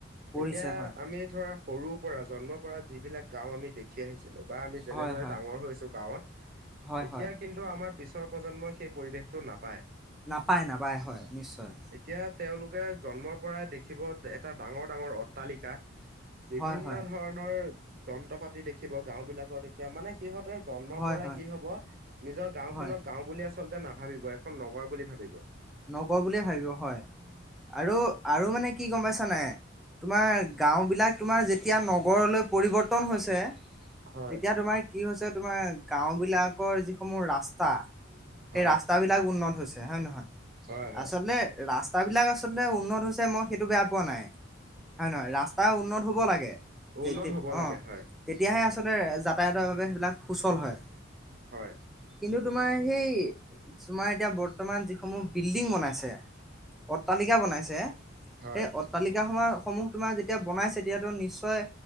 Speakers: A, in the centre; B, on the right.
A: পৰিছে
B: এতিয়া
A: হয়
B: আমি ধৰা সৰু পৰা জন্মৰ পৰা যিবিলাক গাওঁ আমি দেখি আহিছো বা আমি যেনেদৰে
A: হয় হয়
B: ডাঙৰ হৈছো গাঁৱত
A: হয়
B: এতিয়া
A: হয়
B: কিন্তু আমাৰ পিছৰ প্ৰজন্মই সেই পৰিৱেশটো নাপায়
A: নাপায় নাপায় হয় নিশ্চয়
B: এতিয়া তেওঁলোকে জন্মৰ পৰাই দেখিব এটা ডাঙৰ ডাঙৰ অট্টালিকা বিভিন্ন
A: হয় হয়
B: ধৰণৰ যন্ত্ৰ পাতি দেখিব গাওঁ বিলাকত এতিয়া মানে সিহতে জন্মৰ
A: হয়
B: পৰাই
A: হয়
B: কি হব নিজৰ গাওঁ
A: হয়
B: খনৰ গাওঁ বুলি আচলতে নাভাবিব খন নগৰ বুলি ভাবিব
A: নগওঁ বুলিয়ে ভাবি হয় আৰু আৰু মানে কি গম পাইছা নাই তোমাৰ গাঁও বিলাক তোমাৰ যেতিয়া নগৰলৈ পৰিৱৰ্তন হৈছে
B: হয়।
A: তেতিয়া তোমাৰ কি হৈছে তোমাৰ গাওঁ বিলাকৰ যিসমূহ ৰাস্তা সেই
B: হয়
A: ৰাস্তাবিলাক উন্নত হৈছে হয় ন নহয়
B: হয় হয়
A: আচলতে ৰাস্ ৰাস্তাবিলাক আচলতে উন্নত হৈছে মই সেইটো বেয়া পোৱা নাই হয় নহয় ৰাস্তা উন্নত হ'ব লাগে
B: উন্নত
A: তে
B: হ'ব
A: অ
B: লাগে হয়
A: তেতিয়াহে আচলতে যাতায়তৰ বাবে সেইবিলাক সুচল হয়
B: হয়
A: কিন্তু তোমাৰ সেই তোমাৰ এতিয়া বৰ্তমান যিসমূহ বিল্ডিং বনাইছে অট্টালিকা বনাইছে
B: হয়
A: সেই অট্টালিকাসমা সমূহ তোমাৰ যেতিয়া বনাইছে তেতিয়াতো নিশ্চয়